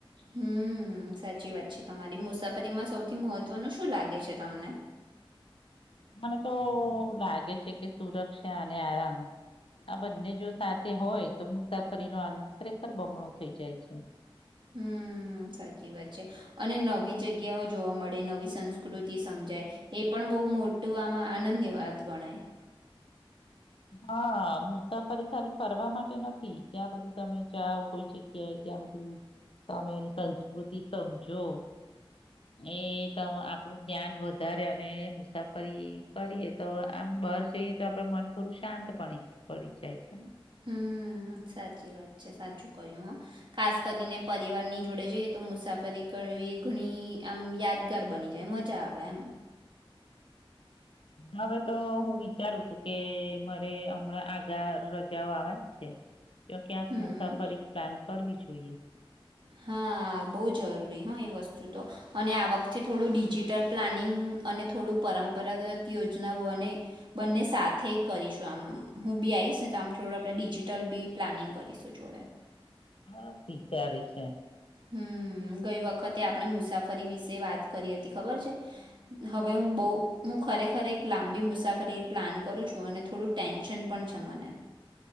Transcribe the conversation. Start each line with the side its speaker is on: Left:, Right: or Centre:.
Right: હમ સાચી વાત છે તમારી મુસાફરીમાં સૌથી મહત્વનું શું લાગે છે તમને
Left: મને તો લાગે છે કે સુરક્ષા અને આરામ આ બંને જો સાથે હોય તો મુસાફરીનો આન ખરેખર બમણો થઈ જાય છે
Right: હમ સાચી વાત છે અને નવી જગ્યાઓ જોવા મળે નવી સંસ્કૃતિ સમજાય એ પણ બહુ મોટું આમાં આનંદની વાત ગણાય
Left: હા મુસાફરી ખાલી કરવા માટે નથી ત્યાં બધું તમે જાાવ કોઈ જગ્યાએ ત્યાં બધું તમે સંસ્કૃતિ સમજો એ આપણું જ્ઞાન વધારે અને મુસાફરી કરીએ તો આમ બહાર જઈએ તો આપડ મન થોડું શાંત પણ પડી જાય છે ને
Right: હમ સાચી વાત છે સાચું કહ્યું હ ખાસ કરીને પરિવાર ની જોડે જઈ તો મુસાફરી કરવી ઘણી આમ યાદગાર બની જાય મજા આવે એમ
Left: હવે તો હું વિચારું છું કે મારે હમણાં આગા રજાઓ આવેજ છે તો ક્યાંક
Right: હમ્મ.
Left: મુસાફર એક પ્લાન પરવી જોઈએ
Right: હા બહુ જરૂરી હા એ વસ્તુ તો અને આ વખતે થોડું ડિજિટલ પ્લાનિંગ અને થોડું પરંપરાગત યોજના બને બંને સાથે કરીશું આમ હું બી આવીશ ને તો આમ થોડું આપણે ડિજિટલ બી પ્લાનિંગ કરીશું જોડે
Left: હરતી કરી છે
Right: હમ ગઈ વખતે આપણે મુસાફરી વિશે વાત કરી હતી ખબર છે હવે હું
Left: હમ
Right: બહુ હું ખરેખર ખખરે એક લાંબી મુસાફરી પ્લાન કરું છું અને થોડું ટેન્શન પણ છે મને